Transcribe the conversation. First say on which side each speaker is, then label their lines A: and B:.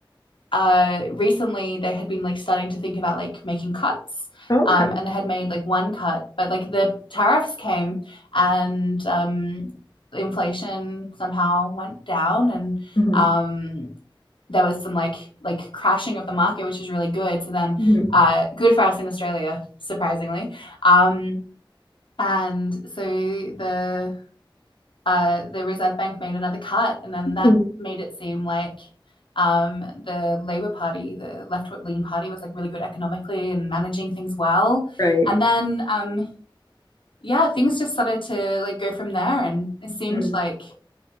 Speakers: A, on the left; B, on the left.
A: uh, recently they had been like starting to think about like making cuts.
B: Oh, okay.
A: Um, and they had made like one cut, but like the tariffs came and um, inflation somehow went down and
B: hmm
A: um, there was some like like crashing of the market, which is really good. So then,
B: hmm
A: uh, good for us in Australia, surprisingly. Um, and so the uh, the Reserve Bank made another cut, and then that
B: hmm
A: made it seem like um, the Labour Party, the left-leaning party, was like really good economically and managing things well.
B: Right.
A: And then, um, yeah, things just started to like go from there, and it seemed
B: mm
A: like